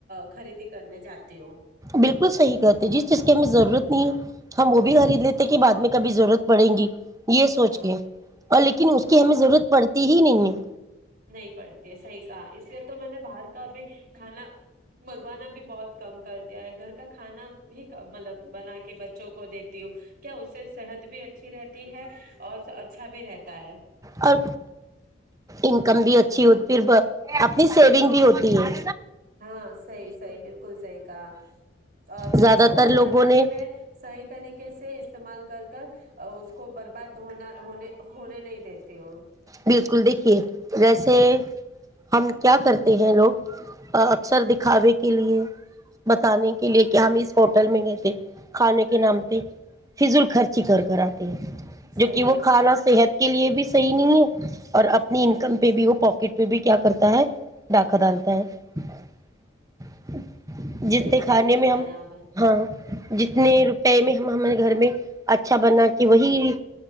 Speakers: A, on the right; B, on the right.
A: خریدی کرنے جاتی ہوں
B: بالکل صحیح کہتے جی جس کی ہمیں ضرورت نہیں ہے ہم وہ بھی خرید لیتے کہ بعد میں کبھی ضرورت پڑیں گی یہ سوچ
A: ہاں
B: کے اور لیکن اس
A: ہاں
B: کی ہمیں ضرورت پڑتی ج نہیںگ
A: نہیں پڑتی ہے صحیح کہا اس لیے تو میں نے باہر کا بھی کھانا منگوانا بھی بہت کم کر دیا ہے گھر کا کھانا بھی مطلب بنا کے بچوں کو دیتی ہوں کیا اس سے صحت بھی اچھی رہتی ہے اور اچھا بھی رہتا ہے
B: اور انکم بھی اچھی ہو پھر اپنی سیونگ
A: ہوں
B: بھی ہوتی ہے
A: ہاں صحیح صحی بالکل صحیح کہا اور
B: زیادہ
A: بچا ہوا
B: تر لوگوں
A: کھانا
B: نے
A: بھی میں صحیح طریقے سے استعمال کر کر اس کو برباد ہونا ہونے ہونے نہیں دیتے ہو
B: بالکل دیکھیے ویسے ہم کیا کرتے ہیں لوگ اکثر دکھاوے کے لیے بتانے کے لیے کہ ہم اس ہوٹل میں گئے تھ کھانے کے نام پہ فض ال خرچی کر کر آتے جو
A: صحیح
B: کہ
A: فرمایا
B: وہ کھانا
A: آپ
B: صحت
A: نے
B: کے لیے بھی صحیح نہیں ہے جی اور اپنی
A: ہوں
B: انکم پہ بھی ہو پاکٹ پہ بھی کیا کرتا ہے ڈاکاکہ ڈالتا ہے جتنے
A: صحیح صحیح
B: کھانے
A: فرمایا
B: میں ہم
A: آپ
B: ہاں جتنے
A: ہاں
B: روپئے میں ہم ہمارے گھر میں اچھا بنا کے وہی